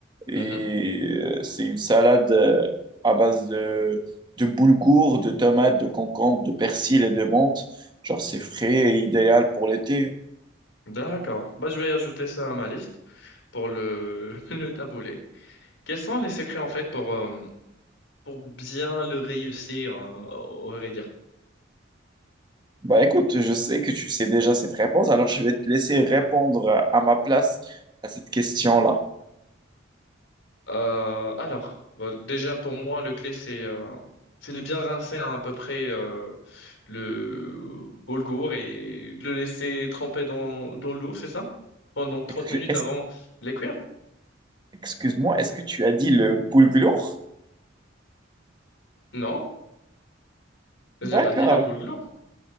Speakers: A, on the right; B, on the left.
A: Et
B: Mhm.
A: euh, c'est une salade euh, à base de, de boulgour, de tomates, de concombre, de persil et de menthe. Genre, c'est frais et idéal pour l'été.
B: D'accord. Bah, je vais ajouter ça à ma liste pour le, <laughs> le taboulé. Quels sont les secrets en fait pour, euh, pour bien le réussir, euh, au vrai dire?
A: Bah écoute, je sais que tu sais déjà cette réponse, alors je vais te laisser répondre à ma place à cette question-là.
B: Euh, alors, bon, déjà pour moi, le clé c'est euh, c'est de bien rincer à peu près euh, le boulgour et de le laisser tremper dans, dans l'eau, c'est ça? Pendant 30
A: Excu-
B: minutes
A: est-
B: avant de les cuire?
A: Excuse-moi, est-ce que tu as dit le boulgour?
B: Non, j'ai
A: D'accord,
B: pas dit le boulgour.